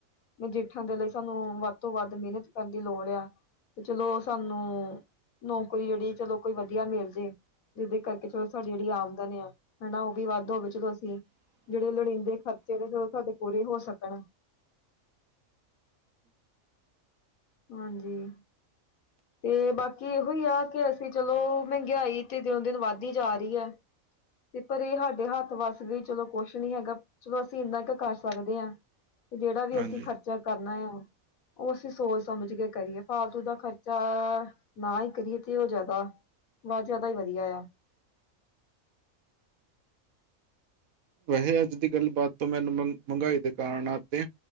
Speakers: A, on the left (about 80°); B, on the right (about 80°).
A: ਨਜਿਠਣ ਦੇ ਲਈ, ਸਾਨੂੰ ਵੱਧ ਤੋਂ ਵੱਧ ਮਿਹਨਤ ਕਰਨ ਦੀ ਲੋੜ ਆ। ਤੇ ਚਲੋ, ਸਾਨੂੰ ਨੌਕਰੀ ਜਿਹੜੀ ਚਲੋ ਕੋਈ ਵਧੀਆ ਮਿਲ ਜੇ ਜਿਹਦੇ ਕਰਕੇ ਚਲੋ ਸਾਡੀ ਜਿਹੜੀ ਆਮਦਨ ਆ, ਹਨਾ ਉਹ ਵੀ ਵੱਧ ਹੋਵੇ, ਚਲੋ ਅਸੀਂ ਜਿਹੜੇ ਲੋੜੀਂਦੇ ਖਰਚੇ ਨੇ, ਜੌ ਤੁਹਾਡੇ ਪੂਰੇ ਹੋ ਸਕਣ। ਹਾਂਜੀ ਤੇ ਬਾਕੀ ਇਹੋ ਹੀ ਆ, ਕਿ ਅਸੀਂ ਚਲੋ ਮਹਿੰਗਾਈ ਤੇ ਦਿਨੋ ਦਿਨ ਵੱਧਦੀ ਹੀ ਜਾ ਰਹੀ ਹੈ। ਤੇ ਪਰ ਇਹ ਸਾਡੇ ਹੱਥ ਵਸ ਵੀ ਚਲੋ ਕੁਛ ਨੀ ਹੈਗਾ ਚਲੋ ਅਸੀਂ ਇੰਨਾ ਕੁ ਕਰ ਸਕਦੇ ਹਾਂ ਤੇ ਜਿਹੜਾ ਵੀ
B: ਹਾਂਜੀ
A: ਅਸੀਂ ਖਰਚਾ ਕਰਨਾ ਆ ਉਹ ਅਸੀਂ ਸੋਚ ਸਮਝ ਕੇ ਕਰੀਏ, ਫਾਲਤੂ ਦਾ ਖਰਚਾ ਨਾ ਹੀ ਕਰੀਏ ਤੇ ਉਹ ਜ਼ਿਆਦਾ ਬੋਤ ਜ਼ਿਆਦਾ ਹੀ ਵਧੀਆ ਆ।
B: ਵੈਸੇ -ਅੱਜ ਦੀ ਗੱਲ ਬਾਤ ਤੋਂ ਮੈਨੂੰ, ਮਹਿੰਗਾਈ ਦੇ ਕਾਰਨ ਤੇ